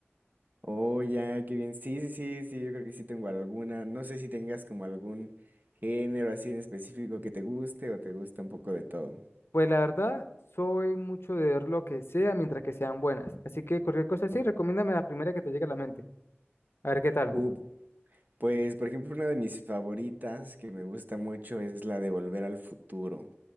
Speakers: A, on the right; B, on the left.
A: Oh, ya, qué bien. Sí, sí, sí, sí, yo creo que sí tengo alguna. No sé si tengas como algún género así en específico que te guste o te gusta un poco de todo.
B: Pues la verdad, soy mucho de ver lo que sea mientras que sean buenas, así que cualquier cosa sí, recomiéndame la primera que te llegue a la mente. A ver qué tal.
A: Uh, pues, por ejemplo, una de mis favoritas que me gusta mucho es la de Volver al Futuro.